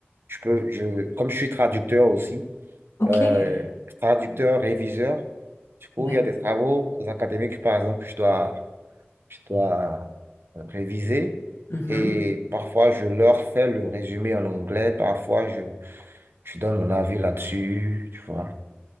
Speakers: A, on the right (about 60°); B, on the left (about 80°).
A: je peux, je, comme je suis traducteur aussi,
B: ok.
A: euh, traducteur, réviseur, du coup,
B: D'ac-
A: il y a des travaux académiques, par exemple, que je dois je dois euh, réviser.
B: Mhm.
A: Et parfois, je leur fais le résumé en anglais, parfois, je, je donne mon avis là-dessus, tu vois.